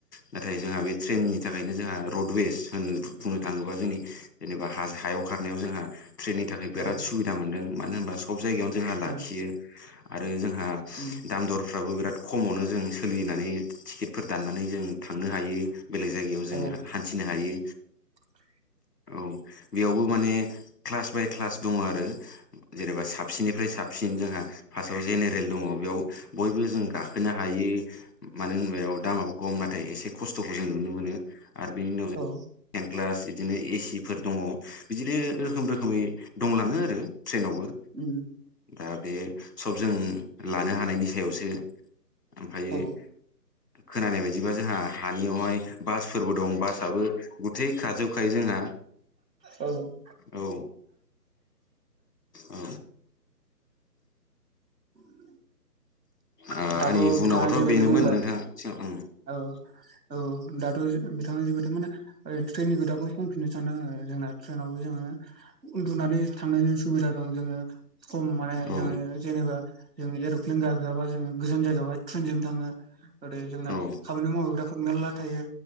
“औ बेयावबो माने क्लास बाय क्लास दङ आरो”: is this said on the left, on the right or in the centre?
Left